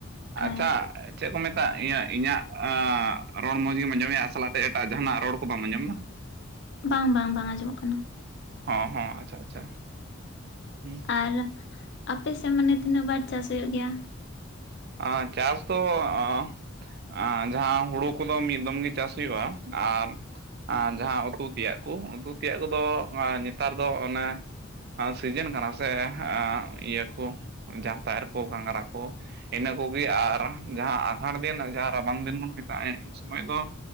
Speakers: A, on the left; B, on the right.
A: ᱦᱮᱸ
B: ᱟᱪᱪᱷᱟ᱾ ᱪᱮᱫ ᱠᱚ ᱢᱮᱛᱟᱜᱼᱟ ᱤᱭᱟᱹ ᱤᱧᱟᱹᱜ ᱨᱚᱲ ᱢᱚᱡᱽᱜᱮᱢ ᱟᱸᱡᱚᱢᱮᱜᱼᱟ ᱥᱟᱞᱟᱜ ᱛᱮ ᱮᱴᱟᱜ ᱡᱟᱦᱟᱱᱟᱜ ᱨᱚᱲ ᱠᱚ ᱵᱟᱢ ᱟᱸᱡᱚᱢᱫᱟ?
A: ᱵᱟᱝ ᱵᱟᱝ ᱵᱟᱝ ᱟᱸᱡᱚᱢᱚᱜ ᱠᱟᱱᱟ᱾
B: ᱦᱚᱸ ᱦᱚᱸ ᱟᱪᱪᱷᱟ ᱟᱪᱪᱷᱟ, ᱦᱩᱸ
A: ᱟᱨ ᱟᱯᱮ ᱥᱮᱜ ᱢᱟᱱᱮ ᱛᱤᱱᱟᱹᱜ ᱵᱟᱨ ᱪᱟᱥ ᱦᱳᱭᱳᱜ ᱜᱮᱭᱟ?
B: ᱟᱻ ᱪᱟᱥ ᱫᱚ ᱟᱸᱻ ᱟᱨ ᱡᱟᱦᱟ ᱦᱩᱲᱩ ᱠᱚᱫᱚ ᱢᱤᱫ ᱫᱚᱢ ᱜᱮ ᱪᱟᱥ ᱦᱩᱭᱩᱜᱼᱟ, ᱟᱨ ᱟᱨ ᱡᱟᱸᱦᱟ ᱩᱛᱩ ᱛᱮᱭᱟᱜ ᱠᱩ ᱩᱛᱩ ᱛᱮᱭᱟᱜ ᱠᱚᱫᱚ ᱱᱮᱛᱟᱨ ᱫᱚ ᱚᱱᱮ ᱥᱤᱡᱮᱱ ᱠᱟᱱᱟ ᱥᱮ ᱤᱭᱟᱹ ᱠᱩ ᱡᱟᱛᱭᱟᱨ ᱠᱩ ᱜᱷᱟᱸᱜᱽᱨᱟ ᱠᱩ, ᱤᱱᱟᱹ ᱠᱚᱜᱤ ᱟᱨ ᱡᱟᱦᱟ ᱟᱸᱜᱷᱟᱲ ᱫᱤᱱ ᱡᱟᱦᱟᱸ ᱨᱟᱵᱟᱝ ᱫᱤᱱ ᱵᱚᱱ ᱢᱮᱛᱟᱜ-ᱟ ᱩᱱ ᱥᱚᱢᱚᱭ ᱫᱚ